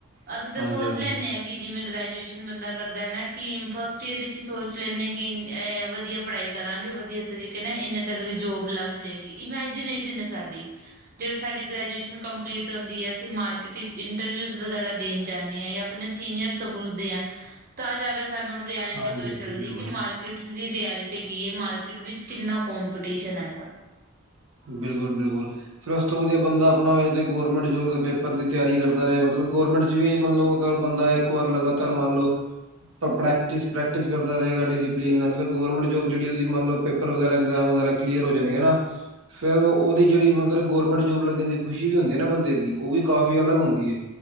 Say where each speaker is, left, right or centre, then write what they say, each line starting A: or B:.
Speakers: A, on the right; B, on the right.
A: ਅਸੀਂ ਤਾਂ
B: ਹਾਂਜੀ
A: ਸੋਚ
B: ਹਾਂਜੀ
A: ਲੈਂਦੇ ਹਾਂ। ਕਿ ਜਿਵੇਂ ਗ੍ਰੈਜੂਏਸ਼ਨ ਬੰਦਾ ਕਰਦਾ ਨਾ ਕਿ ਫਸਟ ਈਅਰ ਵਿੱਚ ਸੋਚ ਲੈਂਦੇ ਹਾਂ ਕਿ ਵਧੀਆ ਪੜ੍ਹਾਈ ਕਰਾਂਗੇ ਵਧੀਆ ਤਰੀਕੇ ਨਾਲ ਇੰਨੇ ਤੱਕ ਦੀ ਜੋਬ ਲੱਗ ਜਏਗੀ। ਇਮੈਜੀਨੇਸ਼ਨ ਏ ਸਾਡੀ ਜਿਹੜੇ ਸਾਡੀ ਗ੍ਰੈਜੂਏਸ਼ਨ ਕੰਪਲੀਟ ਹੁੰਦੀ ਐ ਅਸੀਂ ਮਾਰਕੀਟ ਇੰਟਰਵਿਊ ਵਗੈਰਾ ਦੇਣ ਜਾਂਦੀ ਹਾਂ ਜਾਂ ਆਪਣੇ ਸੀਨੀਅਰ ਤੋਂ ਪੁਛਦੇ ਆਂ ਤਾਂ ਜਾ ਕੇ ਸਾਨੂੰ ਰਿਐਲਿਟੀ
B: ਹਾਂਜੀ
A: ਪਤਾ
B: ਹਾਂਜੀ
A: ਚੱਲਦੀ
B: ਬਿਲਕੁਲ
A: ਕਿ ਮਾਰਕੀਟ ਦੀ ਰਿਐਲਿਟੀ ਕੀ ਐ? ਮਾਰਕੀਟ ਵਿੱਚ ਕਿੰਨਾ ਕੋਪੀਟੀਸ਼ਨ ਐ।
B: ਬਿਲਕੁਲ ਬਿਲਕੁ ਫੇਰ ਉਸ ਤੋਂ ਵਧੀਆ ਬੰਦਾ ਆਪਣਾ ਹੋਇਆ ਤੇ ਗਵਰਮੈਂਟ ਜੋਬ ਦੇ ਪੇਪਰ ਦੀ ਤਿਆਰੀ ਕਰਦਾ ਰਹੇ ਮਤਲਬ ਮਤਲਬ ਗੌਰਮੈਂਟ ਚ ਵੀ ਮਤਲਬ ਅਗਰ ਬੰਦਾ ਇੱਕ ਵਾਰ ਲਗਾਤਾਰ ਮੰਨ ਲੋਓ ਤਾਂ ਪ੍ਰੈਕਟਿਸ ਪ੍ਰੈਕਟਿਸ ਕਰਦਾ ਰਹੇਗਾ ਡਿਸਿਪਲਿਨ ਨਾਲ ਫਿਰ ਗੌਰਰਮੈਂਟ ਜੋਬ ਜਿਹੜੀ ਉਹਦੀ ਮੰਨ ਲਓ ਪੇਪ ਪਰ ਵਗੈਰਾ, ਐਗਜ਼ਾਮ ਵਗੈਰਾ ਕਲੀਅਰ ਹੋ ਜਾਣਗੇਂ ਨਾਂ। ਫੇਰ ਉਹਦੀ ਜਿਹੜੀ ਮਤਲਬ ਗੌਰਰਮੈਂਟ ਜੋਬ ਲੱਗਣ ਦੀ ਖੁਸ਼ੀ ਵੀ ਹੁੰਦੀ ਐਨਾਂ ਬੰਦੇ ਦੀ ਉਹ ਵੀ ਕਾਫ਼ੀ ਅਲੱਗ ਹੁੰਦੀ ਏ